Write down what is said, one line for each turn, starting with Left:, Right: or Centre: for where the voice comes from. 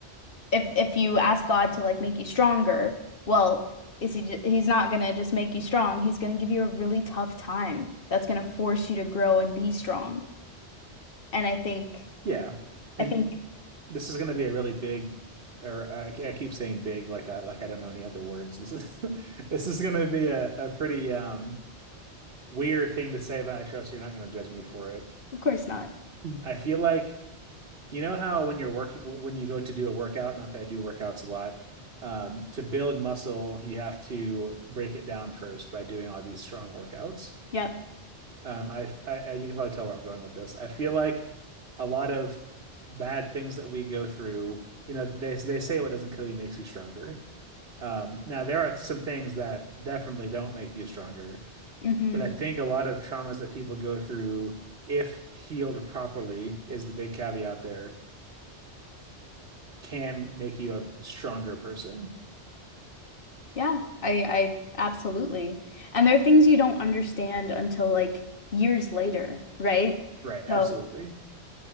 Left: if if you ask God to like make you stronger, well, is he ju- he's not gonna just make you strong. He's gonna give you a really tough time that's gonna force you to grow and be strong. And I think
Right: Yeah. And
Left: I think
Right: this is going to be a really big, or I, I keep saying big, like I, like I don't know any other words. This is, <laughs> this is going to be a, a pretty, um, weird thing to say, but I trust you're not going to judge me for it.
Left: of course not.
Right: I feel like, you know how when you're working, wh- when you go to do a workout, not that I do workouts a lot, um, to build muscle, you have to break it down first by doing all these strong workouts.
Left: Yep.
Right: Um, I, I, you can probably tell where I'm going with this. I feel like a lot of bad things that we go through, you know, they they say what doesn't kill you makes you stronger. Um, now there are some things that definitely don't make you stronger,
Left: Mm-hmm.
Right: but I think a lot of traumas that people go through, if healed properly, is the big caveat there, can make you a stronger person.
Left: Yeah. I I absolutely. And there are things you don't understand until like years later, right?
Right: Right, absolutely.
Left: So,